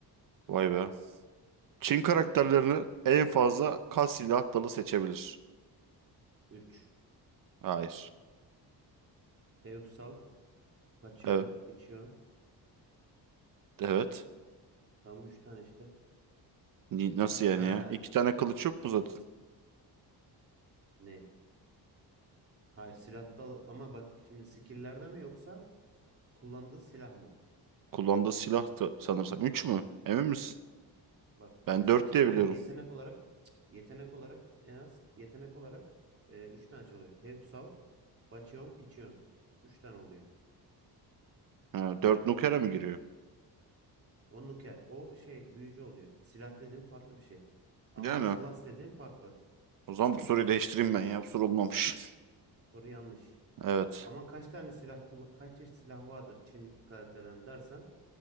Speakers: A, on the right; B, on the right.
A: Vay be. Çin karakterlerini en fazla kaç silah dalı seçebilir?
B: Üç.
A: Hayır.
B: Heuxal, Pachyon,
A: Evet.
B: Bichyon.
A: Evet.
B: Tam 3 tane işte.
A: Ni- Nasıl yani
B: Ha
A: ya? İki tane kılıç yok mu zaten?
B: ne? Hayır silahta al- ama bak şimdi skill'lerde mi yoksa ku- kullandığı silah mı?
A: Kullandığı silah da sanırsam. Üç mü? Emin misin?
B: Bak
A: Ben
B: skill
A: dört diye
B: olarak
A: biliyorum.
B: yetenek olarak yetenek olarak en az yetenek olarak e, 3 tane çalıyor. Hexal, Baccheon, Pichon. üç tane oluyor.
A: Ha, dört nukere mı giriyor?
B: O nuker. O şey büyücü oluyor. Silah dediğin farklı bir şey. Ama
A: Yani.
B: class dediğin farklı.
A: O zaman bu soruyu değiştireyim ben ya. Bu soru olmamış.
B: Bu soru yanlış.
A: Evet.
B: Ama kaç tane silah kullan kaç çeşit silah vardır Çin karakterlerinde dersen